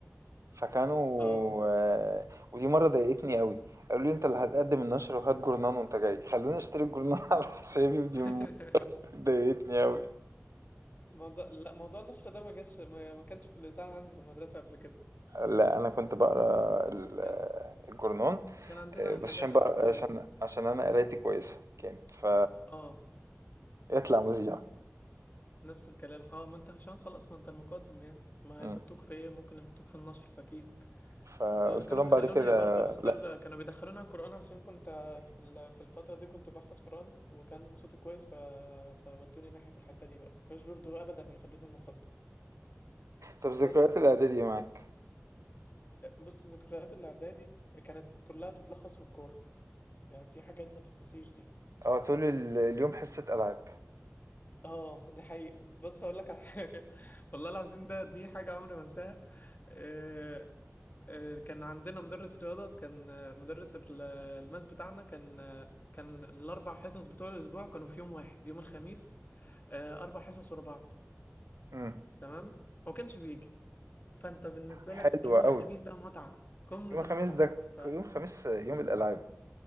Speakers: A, on the right; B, on the left.
A: فكانوا
B: اه
A: آه، ودي مرة ضايقتني قوي قالوا لي انت اللي هتقدم النشرة وهات جورنان وانت جاي خلوني اشتري الجورنان <laughs> على حسابي ودي
B: <laughs>
A: ضايقتني قوي
B: موضوع لا موضوع النشر ده ما جاش ما ما كانش في الإذاعة عندي في المدرسة قبل كده
A: لا انا كنت بقرا
B: يعني
A: ال-
B: كان
A: آه، الجورنان
B: كان عندنا
A: آه، بس
B: حاجات
A: عشان
B: أساسية
A: بقى عشان عشان انا قرايتي كويسة كانت ف
B: اه
A: يطلع مذيع
B: نفس الكلام اه ما انت عشان خلاص ما انت المقدم يعني ما
A: مم.
B: هيحطوك في ايه ممكن يحطوك في النشر اكيد
A: فقلت
B: اه انا كانوا
A: لهم
B: بيخلوني
A: بعد كده
B: برضه اختار
A: لا
B: كانوا بيدخلوني على القرآن علشان كنت في ال- في الفترة دي كنت بحفظ قرآن وكان صوتي كويس ف... فودوني ناحية الحتة دي بقى كانوش برضه ابدا يخلوني المقدم
A: طب ذكريات
B: بس
A: الاعدادي ايه معاك
B: بص ذكريات الاعدادي كانت كلها تتلخص في الكورة دي, دي حاجات ما تتنسيش دي
A: اه طول ال- اليوم حصة العاب
B: اه دي حقيقة بص اقول لك على حاجة <laughs> والله العظيم ده دي حاجة عمري ما انساها آه، آه، كان عندنا مدرس رياضة كان آه، مدرس ال- الماس بتاعنا كان آه، كان الأربع حصص بتوع الأسبوع كانوا في يوم واحد يوم الخميس آه، أربع حصص ورا بعض
A: مم.
B: تمام هو كانش بيجي فأنت بالنسبة
A: حلوة
B: لك يوم
A: قوي
B: الخميس ده متعة قمة
A: يوم الخميس
B: المتعة
A: ده ك-
B: ف
A: يوم الخميس يوم الالعاب